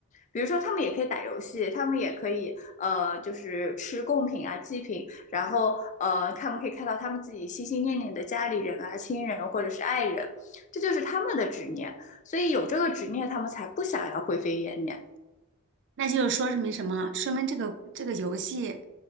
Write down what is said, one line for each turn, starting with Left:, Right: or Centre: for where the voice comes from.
Left: 比如说，他们也可以打游戏，他们也可以呃，就是吃贡品啊、祭品，然后呃，他们可以看到他们自己心心念念的家里人啊、亲人啊或者是爱人，这就是他们的执念，所以有这个执念，他们才不想要灰飞烟灭。
Right: 那就是说明什么？说明这个这个游戏